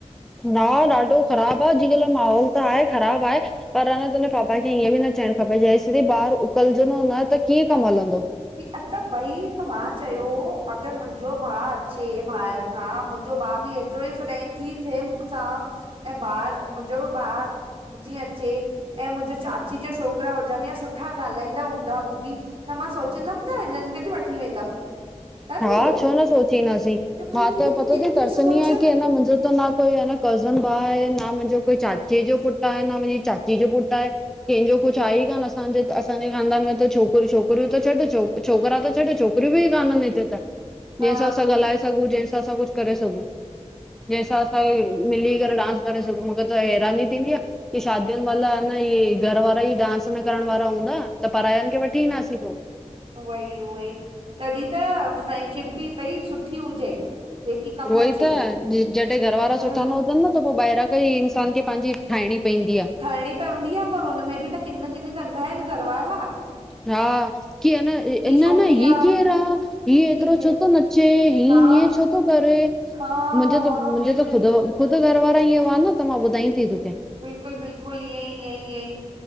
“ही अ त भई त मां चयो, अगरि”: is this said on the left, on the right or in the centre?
Right